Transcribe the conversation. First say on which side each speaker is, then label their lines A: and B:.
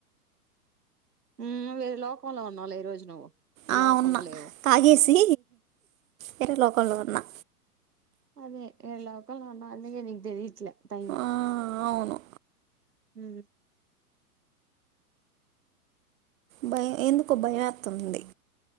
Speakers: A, on the right; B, on the right.
A: ఉ వేరే లోకంలో ఉన్నావులే ఈ రోజు నువ్వు ఈ
B: ఆ
A: లోకంలో
B: ఉన్నా
A: లేవు
B: తాగేసి వేరే లోకంలో ఉన్నా
A: అదే ఈ లోకంలో ఉన్నావు అందుకే నీకు తెలిట్లే టైము
B: ఆ అవును
A: ఉ
B: భయం ఎందుకో భయం వతుంది